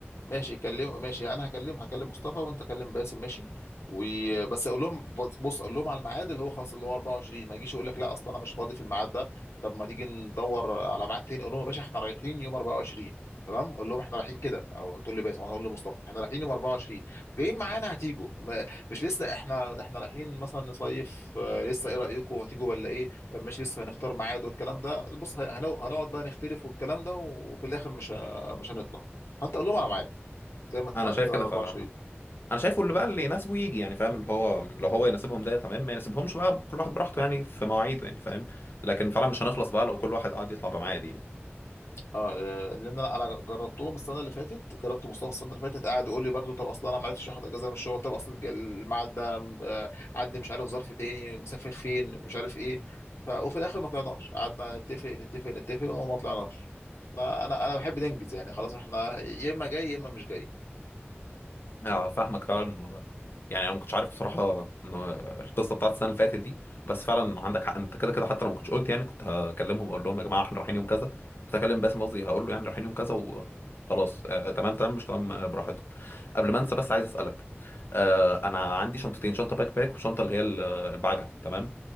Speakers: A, on the left; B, on the left.
A: ماشي كلم ماشي انا هكلم هكلم مصطفى وانت كلم باسم ماشي وبس اقول لهم بص بص، اقول لهم على الميعاد اللي هو خلاص اللي هو 24 ما يجيش يقول لك لا اصلا انا مش فاضي في الميعاد ده طب ما تيجي ندور على ميعاد تاني اقول لهم يا باشا احنا رايحين يوم 24 تمام اقول لهم احنا رايحين كده او تقول لي باسم انا اقول لمصطفى احنا رايحين يوم 24 جايين معانا هتيجوا ما- مش لسه احنا احنا رايحين مثلا نصيف آه، لسه ايه رايكم هتيجوا ولا ايه طب ماشي لسه هنختار ميعاد والكلام ده بص هن- هنقعد بقى نختلف والكلام ده وفي الاخر مش مش هنطلع فانت قول لهم على ميعاد زي ما اتفقنا
B: انا شايف
A: كده
B: كده
A: على 24
B: فعلا انا شايفه اللي بقى اللي يناسبه يجي يعني فاهم اللي هو لو هو يناسبهم ده تمام ما يناسبهمش بقى كل واحد براحته يعني في مواعيده يعني فاهم لكن فعلا مش هنخلص بقى لو كل واحد قاعد يطلع بميعاد يعني
A: اه آه، لان انا انا جربتهم السنه اللي فاتت جربت مصطفى السنه اللي فاتت قعد يقول لي برضو طب اصلا انا ما عرفتش اخد اجازه من الشغل طب اصل الج- الميعاد ده آه، عندي مش عارف ظرف تاني مسافر فين مش عارف ايه ف... وفي الاخر ما طلعناش قعدنا نتفق نتفق نتفق وما طلعناش فانا انا بحب ننجز يعني خلاص احنا يا اما جاي يا اما مش جاي
B: اه فاهمك فعلا يعني انا ما كنتش عارف بصراحه ان القصه بتاعت السنه اللي فاتت دي بس فعلا عندك حق انت كده كده حتى لو ما كنتش قلت يعني كنت هكلمهم اقول لهم يا جماعه احنا رايحين يوم كذا كنت هكلم باسم قصدي هقول له يعني رايحين يوم كذا وخلاص آه تمام تمام مش تمام آه، براحتكم قبل ما انسى بس عايز اسالك آه انا عندي شنطتين شنطه باك باك وشنطه اللي هي ال- البعجل تمام